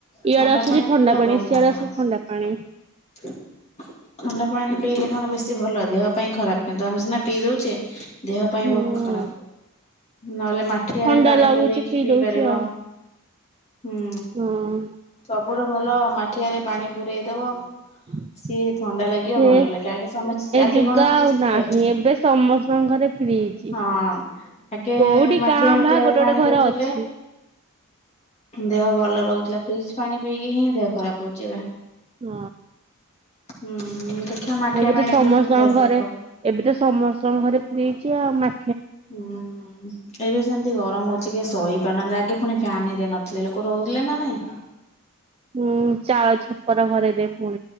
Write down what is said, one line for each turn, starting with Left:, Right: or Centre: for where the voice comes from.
Left: ଥଣ୍ଡା
Right: ଇଆଡେ ଆସୁଛି
Left: ପାଣି
Right: ଥଣ୍ଡା
Left: ପିଇବା
Right: ପାଣି
Left: ଭଲ
Right: ସିଆଡେ
Left: ନୁହଁ।
Right: ଆସୁଛି ଥଣ୍ଡା ପାଣି।
Left: <inaudible> ଥଣ୍ଡା ପାଣି ପିଇଲେ କଣ ବେଶି ଭଲ ଦେହ ପାଇଁ ଖରାପ କିନ୍ତୁ ଆମେ ସିନା ପିଇ ଦଉଚେ। ଦେହ ପାଇଁ
Right: ହୁଁ।
Left: ବହୁତ ଖରାପ। ନହେଲେ ମାଠିଆରେ
Right: ଥଣ୍ଡା
Left: ପାଣି
Right: ଲାଗୁଛି
Left: ପୁରେଇକି ପିଇ
Right: ଦଉଛି
Left: ପାରିବା
Right: ଆଉ।
Left: ହୁଁ
Right: ହଁ।
Left: ସବୁଠୁ ଭଲ ମାଠିଆରେ ପାଣି ପୁରେଇ ଦବ।
Right: <inaudible>
Left: ସିଏ ଥଣ୍ଡା ଲାଗିବ
Right: ସେ
Left: ଭଲ ଲାଗିବ ଆଗେ ସମସ୍ତେ ସେ ଆଗେ
Right: ଯୁଗ
Left: କଣ ଫ୍ରିଜ
Right: ଆଉ
Left: ଥିଲା
Right: ନାହିଁ
Left: କି।
Right: ଏବେ ସମସ୍ତଙ୍କ ଘରେ ଫ୍ରିଜ।
Left: ହଁ ଆଗେ
Right: କୋଉଠି
Left: ମାଠିଆ
Right: କାଁ
Left: ଫାଟିଆରେ
Right: ଭାଁ ଗୋଟେ ଗୋଟେ
Left: ପାଣି
Right: ଘରେ
Left: ପିଉଥିଲେ।
Right: ଅଛି।
Left: ଦେହ ଭଲ ରହୁଥିଲା ଫ୍ରିଜ ପାଣି ପିଇକି ହିଁ ଦେହ ଖରାପ ହଉଛି ଏବେ।
Right: ହୁଁ।
Left: ହୁଁ। <unintelligible>
Right: ଏବେ
Left: ପାଣି
Right: ତ ସମସ୍ତଙ୍କ
Left: ପିଇଲେ କେମିତି ଦେହ
Right: ଘରେ
Left: ଖରାପ ହବ।
Right: ଏବେ ତ ସମସ୍ତଙ୍କ ଘରେ ଫ୍ରିଜି ଆଉ ମା
Left: ହୁଁ ଏବେ ସେମତି ଗରମ ହଉଛି କି ସହି <unintelligible> ଆଗେ ପୁଣି ଫ୍ୟାନ ହେରିକା ନଥିଲେ ଲୋକ ପୁଣି ରହିଲେ ନା ନାଇଁ।
Right: ହୁଁ ଚାଳ ଛପର ଘରେ ଦେବ ହୁଁ